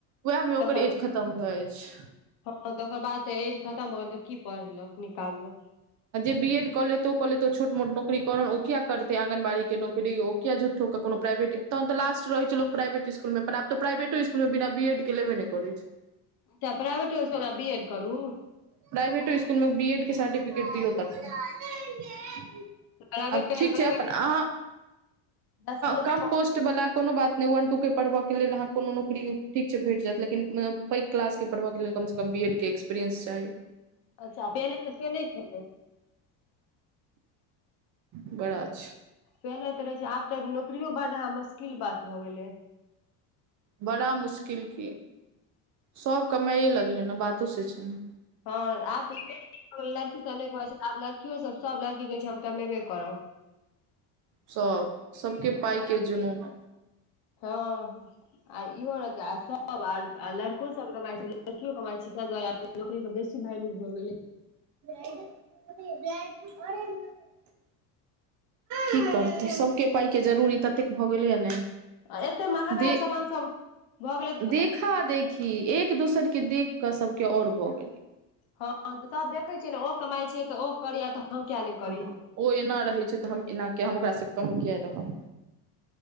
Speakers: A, on the right (about 45°); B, on the left (about 55°).
A: उएहमे
B: तकर
A: ओकर एज खतम भऽ जाइ छै
B: हँ त ओकर बाद तऽ एज खतम भ गेल तऽ की पढ़लक निकालक
A: जे बी एड कऽ लेऽ लेैतो छोट मोट नौकरी कर ओ किया करते आँंगनबाड़ी के नौकरी ओ किया झु को प्राइवेट तऽ लास्ट रह छै लोक प्रइवेट स्कूल आब तऽ प्राइवेटों स्कुल मे बिना बी ए के लेबे नहि करैत छै
B: किया प्राभेट स्कूल ले बिएड करू
A: प्राइवेटो स्कूल मे बी एड के सर्टिफिकेट दियौ तखन
B: प्राइवेट
A: आब ठीक छै
B: प्राइवेट
A: अपन अहाँ
B: दसमा
A: कम
B: तक
A: पोस्ट वला कोनो बात नहि वन टू के पढ़बऽ के लेल अहा कोनो नौकरी ठीक छै भेट जायत लेकिन पै क्लास के पढ़बऽ के लेल कम से कम बी ए के् सक्सपीरियएं चाहि
B: अच्छा पेने त से नहि छलै
A: बड़ा मुश्किल की
B: पेन त रहे छै आब तऽ नौकरीयो बढ़ह मुश्किल बात भ गेलै
A: बड़ा मुश्किल की सभ कमाइए लगलै ने बातो से छै ने
B: हँ आब तऽ लड़की सब नहि कहै छै आब लड़कियो सब सब लड़की कहै छै हम कमेबे करब
A: सब सबके पाई के जुनून है
B: हँ आर इहो रहते आ सब आर लड़को सब कमाई छै लड़कियो कमायई छै ताहि दुआरे आब नौकरीके बेसी वैल्यू भऽ गेलै
A: ड आ <unintelligible> की करतै सभके पाइके जरूरी ततेक भऽ गेलैया ने
B: आ एते महंगा
A: दे
B: सामान सब भऽ गेलै
A: देखा देखी एक दोसर के देख क सब के और भए गेलै
B: हँ सब देखै छियै ने ओ कमाइ छै तऽ ओ करी आ तऽ हम किया नहि करी
A: हँ ओ एना रहैत छै तऽ हम एना क हम ओकरासँ कम किए रहब